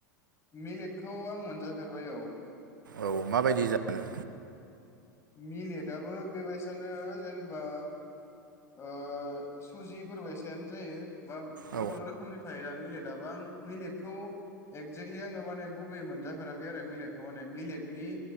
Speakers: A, on the left (about 25°); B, on the right (about 80°).
A: मिेलेटखौ आं मोनजाफेरबाय औ
B: औ माबायदि जानो
A: मिलेटयाबो बेबायसानो जेनोबा ओ सुजिफोर बायसायानो जायो। बा गोबां
B: औ
A: रोखोमनि थायो दा मिलेदाबो आं मिलेदखौ एकजेकलि आङो माने गुबैयै मोनजाफेराखै आरो मिलेटखौ माने मिलेटनि